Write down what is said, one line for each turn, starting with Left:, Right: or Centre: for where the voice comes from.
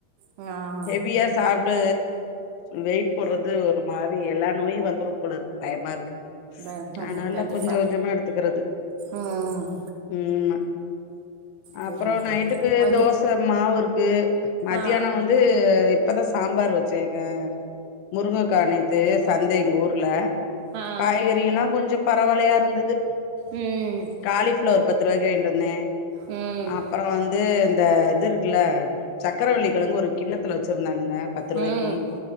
Right: ஆ
Left: ஹெவியா சாப்பிட்டு வெயிட் போடுறது ஒரு மாரி எல்லா நோயு வந்துரும் போலா இருக்கு பய மா இருக்கு
Right: ப ம்
Left: அதனால
Right: கண்டிப்பா
Left: கொஞ்ச கொஞ்சமா எடுத்துக்கிறது
Right: ம்
Left: உம்
Right: சரிங்க
Left: அப்புற
Right: தோழி
Left: நைட்டுக்கு
Right: மதியம்
Left: தோச மாவு இருக்கு மத்தியான
Right: ஆ
Left: வந்து இப்பதா சாம்பார் வச்சைங்க முருங்கக் க்கா நேத்து சந்த எங்க ஊர்ல
Right: ஆ
Left: காய்கறி எல்லா கொஞ்ச பரவலையா இருந்துது
Right: ம்
Left: காலிஃபிளவர் பத்து ரூபாய்க்கு வாங்கிட்டு வந்தே
Right: ம்
Left: அப்புற வந்து இந்த இது இருக்குல சர்க்கரவள்ளிக் கிழங்கு ஒரு கிண்ணத்துல வச்சிருந்தானுங்க ஆ பத்து ரூபாய்க்கு
Right: ம்